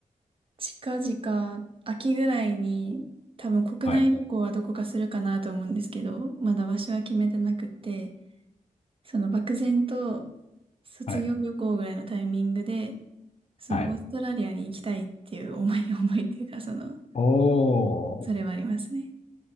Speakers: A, on the right; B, on the left.
A: 近々、秋ぐらいに、多分国内旅行はどこかするかなと思うんですけど、
B: はい。
A: まだ場所は決めてなくて、その漠然と卒業旅行ぐらいのタイミングで、
B: はい。
A: そのオーストラリアに行きたいっていう思い、
B: はい。
A: <laughs> 思いっていうか、その、
B: お
A: それはありますね。
B: ー、